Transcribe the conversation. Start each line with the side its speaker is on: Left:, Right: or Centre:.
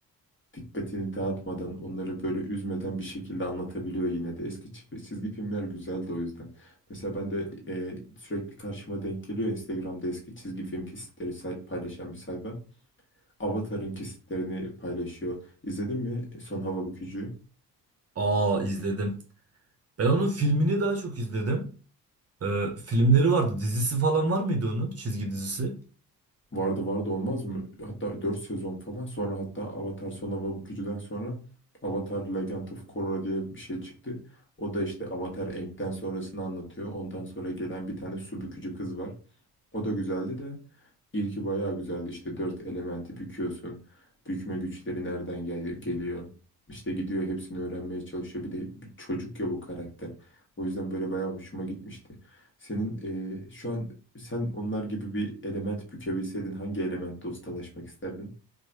Left: dikkatini dağıtmadan, onları böyle üzmeden bir şekilde anlatabiliyor yine de. Eski çi- çizgi filmler güzeldi o yüzden. Mesela ben de e, sürekli karşıma denk geliyor Instagram'da eski çizgi film kesitleri say- paylaşan bir sayfa. Avatar'ın kesitlerini paylaşıyor. İzledin mi Son Hava Bükücü'yü?
Right: Aa izledim. Ben onun filmini daha çok izledim. Ee, filmleri vardı. Dizisi falan var mıydı onun? Çizgi dizisi.
Left: Vardı vardı olmaz mı? Hatta 4 sezon falan. Sonra hatta Avatar Son Hava Bükücü'den sonra Avatar Legend of Korra diye bir şey çıktı. O da işte Avatar Aang'den sonrasını anlatıyor. Ondan sonra gelen bir tane su bükücü kız var. O da güzeldi de ilki bayağı güzeldi işte dört elementi büküyorsun. Bükme güçleri nereden gel- geliyor? İşte gidiyor hepsini öğrenmeye çalışıyor. Bir de bir çocuk ya bu karakter. O yüzden böyle bayağı hoşuma gitmişti. Senin eee, şu an sen onlar gibi bir element bükebilseydin hangi elementte ustalaşmak isterdin?